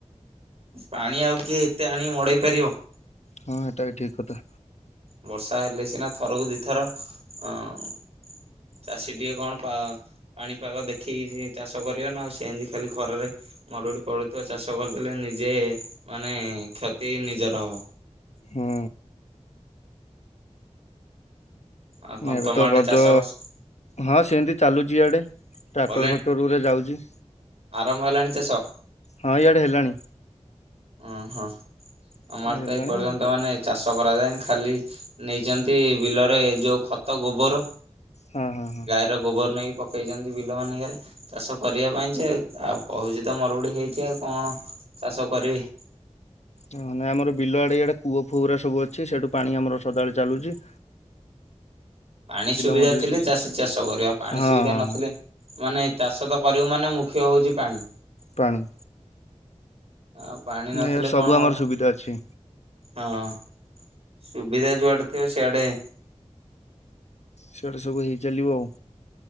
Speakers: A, on the right; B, on the left.
A: ପାଣି ଆଉ କିଏ ଏତେ ଆଣିକି ମଡେଇପାରିବ।
B: ହଁ ହେଟା ବି ଠିକ୍ କଥା।
A: ବର୍ଷା ହେଲେ ସିନା ଥରକୁ ଦିଥର ଅ ଚାଷୀ ଟିକେ କଣ ପା ପାଣିପାଗ ଦେଖିକି ଚାଷ କରିବନା ଆଉ ସେମିତି ଖାଲି ଖରାରେ। ମରୁଡି ପଡୁଥିବା ଚାଷ କରିଦେଲେ ନିଜେ ମାନେ କ୍ଷତି ନିଜର ହବ।
B: ହୁଁ।
A: ଆଉ କଣ
B: ଏବେ
A: ତମ
B: ତ
A: ଆଡେ
B: ରଜ
A: ଚାଷ ବାସ
B: ହଁ ସେମିତି ଚାଲୁଛି ଇଆଡ଼େ ଟ୍ରାକ୍ଟର
A: କଲେଣି
B: ଫାକ୍ଟର ଗୁରା ଯାଉଛି।
A: ଆରମ୍ଭ ହେଲାଣି ଚାଷ?
B: ହଁ, ଇଆଡ଼େ ହେଲାଣି।
A: ଓହୋ।
B: ଇଆଡେ
A: ଆମ ଆଡ଼େ
B: ହେଲାଣି
A: ତ ଏପର୍ଯ୍ୟନ୍ତ ମାନେ ଚାଷ କଷ୍ଟ କରାଯାଏନି, ଖାଲି ନେଇଚନ୍ତି ବିଲରେ ଯୋଉ ଖତ, ଗୋବର
B: ହଁ ହଁ ହଁ।
A: ଏଟା ଗୋବର ନେଇକି ପକେଇଛନ୍ତି ବିଲମାନଙ୍କରେ, ଚାଷ କରିବା ପାଇଁ ଯେ ଆଉ କହୁଛି ତ ମୋର ଗୋଟେ ହେଇଛି ଆଉ କଣ ଚାଷ କରିବି?
B: ହ ନାଇଁ, ଆମର ବିଲ ଆଡେ ଇଆଡେ କୂଅ ଫୁହ ଗୁରା ସବୁ ଅଛି, ସେଇଠୁ ପାଣି ଆମର ସଦାବେଳେ ଚାଲୁଚି
A: ପାଣି ସୁବିଧା
B: ମଝିରେ
A: ଥିଲେ
B: ସବୁ
A: ଚାଷୀ ଚାଷ କରିବ, ଆଉ ପାଣି
B: ହଁ
A: ସୁବିଧା
B: ହଁ
A: ନଥିଲେ
B: ହଁ
A: ମାନେ ଚାଷ ତ କରିବୁ ମାନେ ମୁଖ୍ୟ ହଉଛି ପାଣି।
B: ପାଣି।
A: ଆଉ ପାଣି ନଥିଲେ
B: ଏଆଡ଼େ ସବୁ
A: କଣ ହବ?
B: ଆମର ସୁବିଧା ଅଛି।
A: ହଁ, ସୁବିଧା ଯୁଆଡେ ଥିବ, ସିଆଡେ
B: ସିଆଡ଼େ ସବୁ ହେଇ ଚାଲିବ ଆଉ।